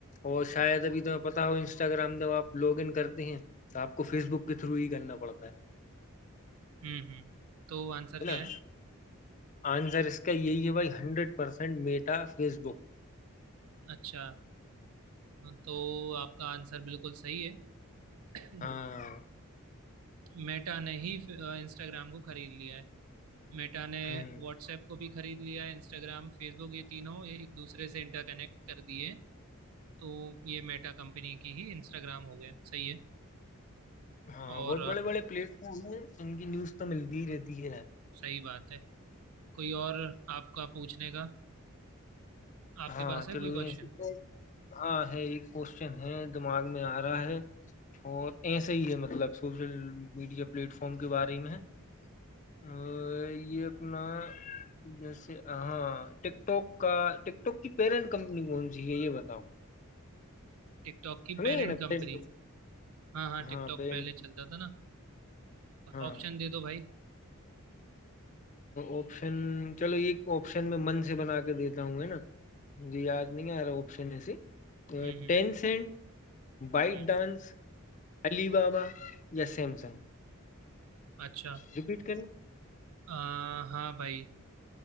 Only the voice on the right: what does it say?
हम्म हम्म तो आंसर
क्या
है
अच्छा तो आपका आंसर बिल्कुल सही है <clears throat>
मेटा ने ही इंस्टाग्राम को खरीद लिया है मेटा ने
व्हाट्सएप को भी खरीद लिया है इंस्टाग्राम फेसबुक ये तीनों ये एक दूसरे से इंटरकनेक्ट कर दिए तो ये मेटा कंपनी की ही इंस्टाग्राम हो गया सही है
और
अ,
सही बात है कोई और आपका पूछने का आपके
पास है
कोई
क्वेश्चन
टिकटॉक की
पेरेंट
कंपनी
हाँ हाँ
टिकटॉक
पहले चलता था ना
ऑप्शन दे दो भाई हम्म
हम्म
हम्म,
अच्छा
आ, हाँ भाई